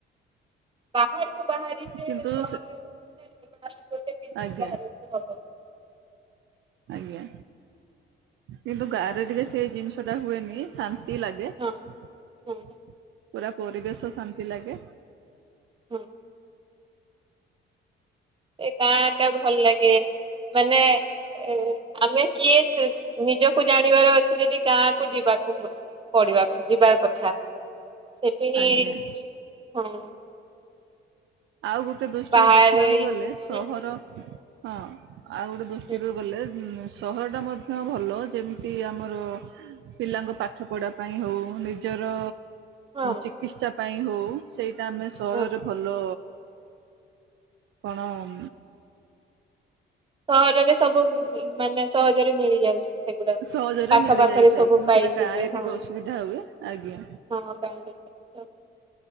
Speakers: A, on the right; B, on the right.
A: ବାହାରକୁ ବାହାରିବେ
B: କିନ୍ତୁ
A: ସହର
B: ସେ
A: ରେ ମାସ ଗୋଟେ ପିନ୍ଧିକି
B: ଆଜ୍ଞା
A: ବାହାରିବାକୁ ହବ।
B: ଆଜ୍ଞା। କିନ୍ତୁ ଗାଁ ରେ ଟିକେ ସେଇ ଜିନିଷ ଟା ହୁଏନି ଶା ନ୍ତି ଲାଗେ
A: ହଁ
B: ପୁରା
A: ହଁ
B: ପରିବେଶ ଶାନ୍ତି ଲାଗେ।
A: ହଁ। ସେ ଗାଁ ଟା ଭଲ ଲାଗେ ମାନେ ଏ ଆମେ କିଏ ସେ ସେ ନିଜକୁ ଜାଣିବାର ଅଛି ଯଦି ଗାଁ କୁ ଯିବାକୁ ପ୍ ପଡିବାକୁ ଯିବାର କଥା। ସେଠି ହି
B: ଆଜ୍ଞା।
A: ହଁ।
B: ଆଉ ଗୋଟେ ଦୃଷ୍ଟିରୁ
A: ବାହାରେ
B: ଦେଖିବାକୁ ଗଲେ ସହର
A: ହୁଁ ହୁଁ
B: ହଁ। ଆଉ ଗୋଟେ ଦୃଷ୍ଟିରୁ
A: ହୁଁ
B: ଗଲେ ଉଁ ସହରଟା ମଧ୍ୟ ଭଲ ଯେମିତି ଆମର ପିଲାଙ୍କ ପାଠ ପଢା ପାଇଁ ହୋଉ ନିଜର
A: ହଁ
B: ଚିକିତ୍ସା ପାଇଁ ହୋଉ ସେଇଟା ଆମେ ସହରରେ
A: ହଁ
B: ଭଲ କଣ ଉଁ
A: ସହରରେ ସବୁ ମି-ମି ମାନେ ସହ ଜରେ ମିଳିଯାଉଚି। ସେଗୁଡା
B: ସହଜରେ
A: ପାଖ
B: ମିଳି
A: ପାାଖରେ
B: ଯାଇଥାଏ
A: ସବୁ
B: କିନ୍ତୁ
A: ପାଇଯିବେ
B: ସେଟା ଗାଁ ରେ
A: ହଁ।
B: ଟିକେ
A: ହଁ
B: ଅସୁବିଧା ହୁଏ ଆଜ୍ଞା
A: ତାହେଲେ କରିଦିଅ। <inaudible>